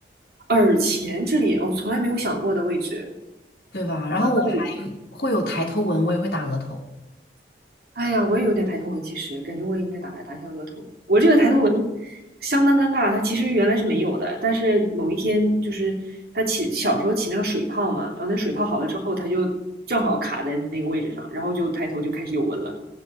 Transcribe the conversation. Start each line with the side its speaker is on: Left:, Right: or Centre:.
Right: 耳前这里，我、从来没有想过的位置，
Left: 对吧？然后我还会有抬头纹，
Right: 很有道理。
Left: 我也会打额头。
Right: 哎呀，我也有点抬头纹，其实感觉我也应该打打一下额头呢我这个抬头纹相当尴尬，它其实原来是没有的，但是某一天就是它起小时候起那个水泡嘛，然后那水泡好了之后，它就正好卡在那个位置上，然后就抬头就开始有纹了。